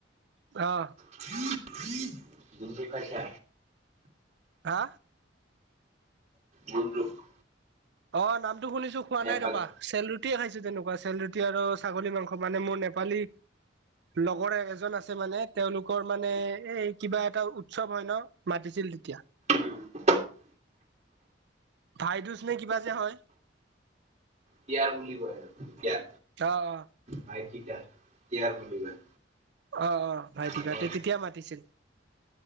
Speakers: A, on the right; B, on the right.
A: অহ।
B: <unintelligible> পাইছা
A: আ।
B: গূনৰুক।
A: অ', নামটো শুনিছোঁ খোৱা
B: নেপালী
A: নাই ৰবা চেল ৰুটিয়ে খাইছোঁ তেনেকুৱা চেল ৰুটি এতিয়া আৰু ছাগলী মাংস মানে মোৰ নেপালী লগৰ এজন আছে মানে তেওঁলোকৰ মানে এই কিবা এটা উৎসৱ হয় ন মাতিছিল তেতিয়া।
B: <unintelligible>
A: ভাইদোজ নে কিবা যে হয়।
B: টিয়াৰ বুলি কয় তিয়া।
A: অ', অ'।
B: ভাই তিকা কিয়াৰ বুলি কয়।
A: অ', অ', ভাইটিকাতে
B: মানে
A: তেতিয়া মাতিছিল।